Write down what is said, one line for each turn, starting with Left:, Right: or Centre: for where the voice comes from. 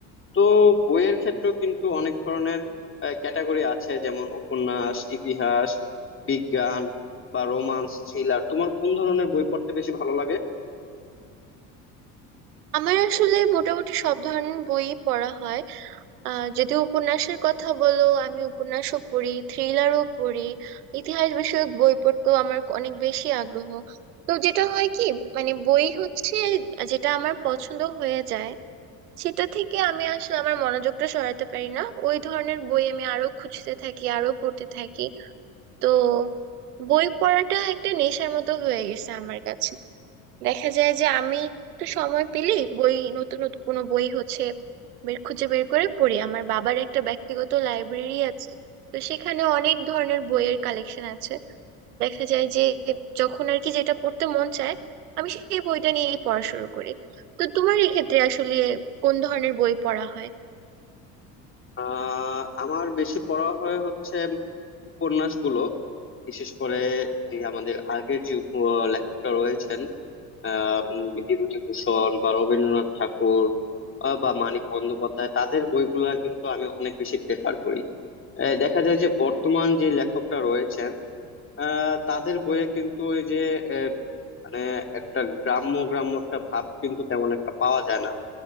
Left: তো বইয়ের ক্ষেত্রেও কিন্তু অনেক ধরনের ক্যাটাগরি আছে যেমন উপন্যাস ইতিহাস বিজ্ঞান বা রোমান্স থ্রিলার তোমার কোন ধরনের বই পড়তে বেশি ভালো লাগে
Right: আমার আসলে মোটামুটি সব ধরনের বই পড়া হয় আহ যদি উপন্যাসের কথা বলো আমি উপন্যাসও পড়ি থ্রিলারও পড়ি ইতিহাস বিষয়ক বই পড়তেও আমার অনেক বেশি আগ্রহ তো যেটা হয় কি মানে বই হচ্ছে যেটা আমার পছন্দ হয়ে যায় সেটা থেকে আমি আসলে আমার মনোযোগটা সরাতে পারি না ওই ধরনের বই আমি আরো খুঁজতে থাকি আরো পড়তে থাকি তো বই পড়াটা একটা নেশার মতো হয়ে গেছে আমার কাছে দেখা যায় যে আমি একটু সময় পেলেই বই নতুন নতুন কোনো বই হচ্ছে বের খুঁজে বের করে পড়ি আমার বাবার একটা ব্যক্তিগত লাইব্রেরি আছে তো সেখানে অনেক ধরনের বইয়ের কালেকশন আছে দেখা যায় যে যখন আর কি যেটা পড়তে মন চায় আমি সেই বইটা নিয়েই পড়া শুরু করি তো তোমার এক্ষেত্রে আসলে কোন ধরনের বই পড়া হয়
Left: আহ আমার বেশি পড়া হয় হচ্ছে উপন্যাসগুলো বিশেষ করে যে আমাদের আগের যে উপ- লেখকরা রয়েছেন আহ উম, বিভূতিভূষণ বা রবীন্দ্রনাথ ঠাকুর আহ, বা মানিক বন্দ্যোপাধ্যায় তাদের বইগুলা কিন্তু আমি অনেক বেশি প্রেফার করি আহ, দেখা যায় যে বর্তমান যে লেখকরা রয়েছেন আহ তাদের বইয়ে কিন্তু ওই যে আহ, মানে একটা গ্রাম্য গ্রাম্য একটা ভাব কিন্তু তেমন একটা পাওয়া যায় না